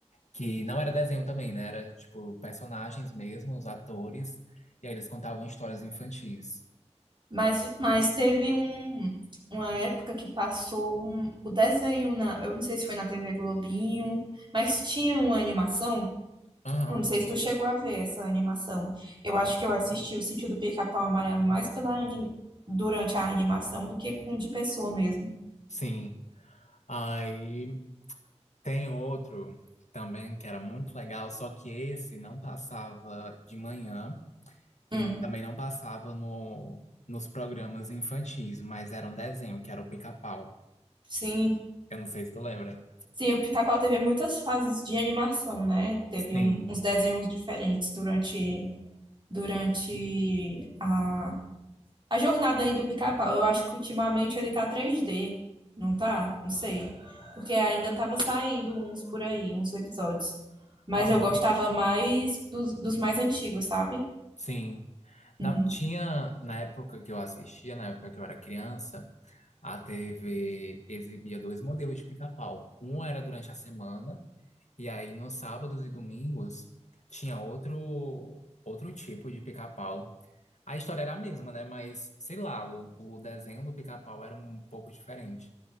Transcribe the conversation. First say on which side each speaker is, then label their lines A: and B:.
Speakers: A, on the left; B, on the right.
A: Que não era desenho também, né? Era, tipo, personagens mesmo, os atores, e aí eles contavam histórias infantis.
B: Mas, mas teve um, uma época que passou um- o desenho na. Eu não sei se foi na TV Globinho, mas tinha uma animação.
A: Aham,
B: Eu não sei se tu chegou a ver essa animação. Eu acho que eu assisti o Sítio do Pica-Pau Amarelo mais pela anim- durante a animação do que com de pessoa mesmo.
A: sim. Aí tem outro também que era muito legal, só que esse não passava de manhã
B: Hum.
A: e também não passava no, nos programas infantis, mas era um desenho que era o Pica-Pau.
B: Sim,
A: Eu não sei se tu lembra.
B: Sim, o Pica-Pau teve muitas fases de animação, né? Teve
A: Sim.
B: um- uns desenhos diferentes durante, durante a, a jornada aí do Pica-Pau. Eu acho que ultimamente ele tá três d não tá? Não sei. Porque ainda tava saindo uns por aí, uns episódios. Mas
A: Aham.
B: eu gostava mais dos, dos mais antigos, sabe?
A: Sim. Na,
B: Uhum.
A: tinha, na época que eu assistia, na época que eu era criança, a TV exibia dois modelos de pica-pau. Um era durante a semana E aí, nos sábados e domingos, tinha outro, outro tipo de pica-pau. A história era a mesma, né? Mas, sei lá, o, o desenho do pica-pau era um pouco diferente.